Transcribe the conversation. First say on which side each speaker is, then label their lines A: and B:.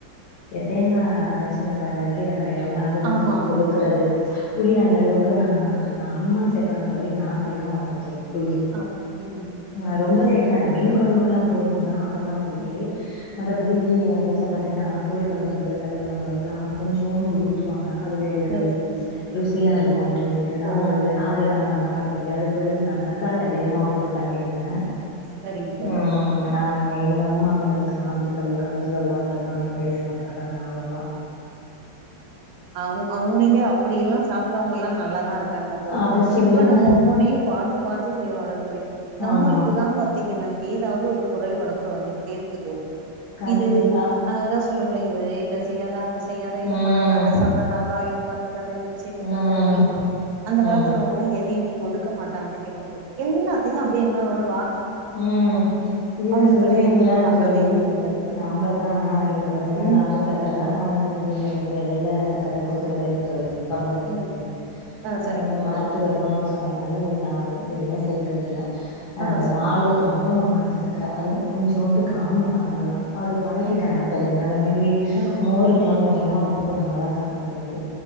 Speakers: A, on the left (about 70°); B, on the right (about 75°).
A: தேங்கா அரைச்சி நம்ம கீரை கடையிறோம்ல்ல அதுதா
B: ஆமா
A: தோழி
B: ஆமா
A: குடுக்குறது புளி
B: ம்
A: அந்த அளவுக்கு
B: ம்
A: நா நா அம்மா சேப்பாங்க தோழி நா சேக்கமாட்டே தோழி புளி
B: அப் ம் ம்
A: ஆ ரொம்ப சேக் மேட்ட மீன் கொழம்புக்ல்லா போணுதா இதெல்லா ஓகே
B: ம்
A: மத்தபடி
B: ஆ
A: நீய எங்க வீட்ல பாத்திங்கன்னா கோழி கொழம்புக்கு கறி கொழம்புக்கலா கொஞ்சோண்டு ஊத்துவாங்க அது ஒரு
B: ஆ சரிங்க தோழி
A: ருசிய இருக்கு அப்பிடின் சொல்லிட்டு நா
B: ஓ ஓ.
A: அது அது நா பண்ண மாட் ஆ தோழி அதுக் பதில் நா தக்காளி அதிகமா போட்டு பண்ணிடுவே
B: சரிங்க தோழி
A: ம் அ எங்க அம்மாங்களுக்கு நா அப் பழைய காலத் துல உள்ளவங்களுக்குலா அந்த மாரி சாப் ப்புறாங்க அவுங்களா
B: அவு அவுங்க ஏ அப்பிடி எல்லா சாப்பிட்டவங்கெல்லா நல்லாதா இருக்காங்க தோழி
A: அத சொல்லுங்க
B: இப்ப நம்ம ஒவ்வொன்னையு பாத் த்து பாத்து செய்றோல்ல தோழி
A: ஆமா
B: நம்மளுக்குதா பாத்தீங்கனா ஏதாவது ஒரு குறை ஒடம்புல வந்துகிட்டே இருக்கு தோழி
A: கண்டிப்பா
B: இது அததா சொல்லு குலை இதை இத செய்யாத அத செய்யாத இத
A: ம்
B: பண்ணாத அத சாப்டாத அவ்ளோ ஆயி பாத்து கத இத சேத்துக்காத
A: ம்
B: அப்பிடின்றோ அந்த
A: ம்
B: காலத்துல உங்களா எதையு ஒதுக்க மாட்டாங்கன்னு கேள்விப்பட்ருக்கே எல்லாத்தியு அப்பிடியே என்னம வரு
A: ம் இத
B: அவங்களுக்கெல்லா
A: சொல்றீங்கள
B: எதுவுமே பண்றதே
A: தோழி
B: இல்ல வந்து பாத்தீங்கன்னா
A: நம்மதா இப்ப பாத்தீங்கன்னா
B: ம்
A: நாட்டு சர்க்கரதா அவுனுக் க்கு வந்து இந்த வெள்ள சக்கர குடுக்கறதே இல்ல தோழி பொறந்ததுல
B: ம்
A: இந்தே
B: ஆ
A: அவ
B: சரிங்க
A: வந்து
B: தோழி
A: மருத்துவரு சொன்னதுனால நா எதுமே சேக்கறதில்ல அந்த
B: ஆ சரிங்க
A: பாலுக்கு
B: தோழி
A: மட்டு நாட்டு சக்கர சக்கற அதுவு கொஞ்சோண்டு காமிப்ப அவ்ளோ தா அவரு பழகிட்டார்
B: ம்
A: அப்பலேருந்து அது மாரி
B: ம் ம்
A: மோருக்குல்லா
B: ம்
A: பாத்தீங்கன்னா உப் உப்பு போடாமதா சாப்பிடுவாரு